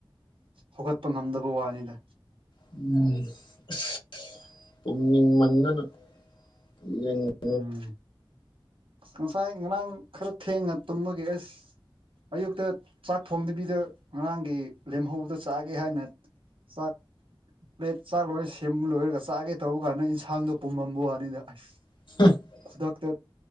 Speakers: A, on the right; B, on the left.
A: ꯍꯧꯒꯠꯄ ꯉꯝꯗꯕ ꯋꯥꯅꯤꯗ
B: ꯎꯝ ꯑꯁ ꯇꯨꯝꯅꯤꯡꯃꯟꯗꯅ <unintelligible>
A: ꯎꯝ ꯉꯁꯥꯏ ꯉꯔꯥꯡ ꯈꯔ ꯊꯦꯡꯅ ꯇꯨꯝꯕꯒꯤ ꯑꯦꯁ ꯑꯌꯨꯛꯇ ꯆꯥꯛ ꯊꯣꯡꯗꯕꯤꯗ ꯉꯔꯥꯡꯒꯤ ꯂꯦꯝꯍꯧꯕꯗꯣ ꯆꯥꯒꯦ ꯍꯥꯏꯅ ꯆꯥꯛ ꯄ꯭ꯂꯦꯠ ꯆꯥꯛ ꯂꯣꯏ ꯁꯦꯝꯕ ꯂꯣꯏꯔꯒ ꯆꯥꯛꯒꯦ ꯇꯧꯕ ꯀꯥꯟꯗ ꯏꯟꯁꯥꯡꯗꯣ ꯄꯨꯝꯃꯝꯕ ꯋꯥꯅꯤꯗ ꯑꯁ
B: <unintelligible>
A: ꯈꯨꯗꯛꯇ